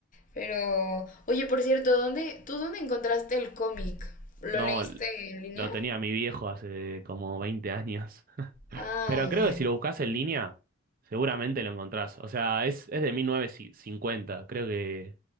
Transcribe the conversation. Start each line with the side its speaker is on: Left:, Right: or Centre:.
Left: Pero, oye, por cierto, ¿dónde, tú dónde encontraste el cómic? ¿Lo
Right: No,
Left: leíste
Right: l-
Left: en línea?
Right: lo tenía mi viejo hace como 20 años. <laughs>
Left: Ah,
Right: Pero
Left: ya.
Right: creo que si lo buscas en línea, seguramente lo encontrás. O sea, es, es de 1950, creo que